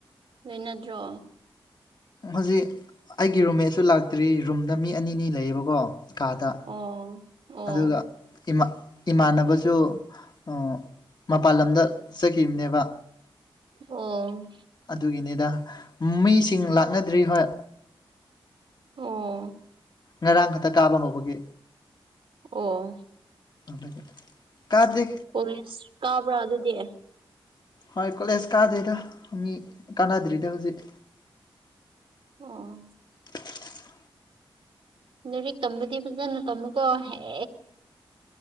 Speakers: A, on the right; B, on the left.
A: ꯂꯩꯅꯗ꯭ꯔꯣ
B: ꯍꯧꯖꯤꯛ ꯑꯩꯒꯤ ꯔꯨꯝꯃꯦꯠꯁꯨ ꯂꯥꯛꯇ꯭ꯔꯤ ꯔꯨꯝꯗ ꯃꯤ ꯑꯅꯤꯅꯤ ꯂꯩꯌꯦꯕꯀꯣ ꯀꯥꯗ
A: ꯑꯣ ꯑꯣ
B: ꯑꯗꯨꯒ ꯏꯃꯥ ꯏꯃꯥꯟꯅꯕꯁꯨ ꯑꯥ ꯃꯄꯜ ꯂꯝꯗ ꯆꯠꯈꯤꯕꯅꯦꯕ
A: ꯑꯣ
B: ꯑꯗꯨꯒꯤꯅꯤꯗ ꯃꯤꯁꯤꯡ ꯂꯥꯛꯅꯗ꯭ꯔꯤ ꯍꯣꯏ
A: ꯑꯣ
B: ꯉꯔꯥꯡ ꯈꯛꯇ ꯀꯥꯕ ꯍꯧꯕꯒꯤ
A: ꯑꯣ
B: ꯑꯗꯨꯒꯤ ꯀꯥꯗꯦ
A: ꯀꯣꯖꯦꯁ ꯀꯥꯕ꯭ꯔꯥ ꯑꯗꯨꯗꯤ
B: ꯍꯣꯏ ꯀꯣꯂꯦꯖ ꯀꯥꯗꯦꯗ ꯃꯤ ꯀꯥꯟꯅꯗ꯭ꯔꯤꯗ ꯍꯧꯖꯤꯛ
A: ꯑꯣꯑꯣ
B: <unintelligible>
A: ꯂꯥꯏꯔꯤꯛ ꯇꯝꯕꯗꯤ ꯄꯖꯅ ꯇꯝꯃꯨꯀꯣ ꯍꯌꯦꯡ